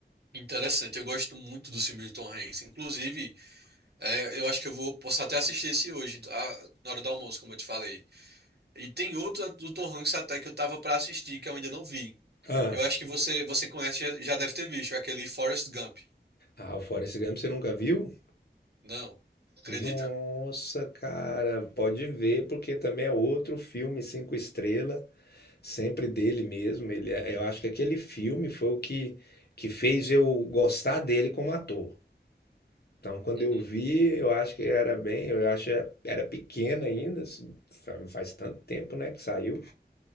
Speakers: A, on the right; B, on the left.
A: Interessante, eu gosto muito dos filmes do Tom Hanks. Inclusive, é, eu acho que eu vou posso até assistir esse hoje, a- na hora do almoço, como eu te falei. E tem outro do Tom Hanks até que eu tava pra assistir, que eu ainda não vi.
B: Ah,
A: Eu acho que você, você conhece, já, já deve ter visto, é aquele Forrest Gump.
B: ah o Forrest Gump você nunca viu?
A: Não. Acredita?
B: Nossa, cara, pode ver, porque também é outro filme cinco estrela, sempre dele mesmo. Ele, é- eu acho que aquele filme foi o que, que fez eu gostar dele como ator. Então, quando
A: Uhum,
B: eu vi, eu acho que era bem, eu acho que era era pequeno ainda, assim, fa- faz tanto tempo, né, que saiu.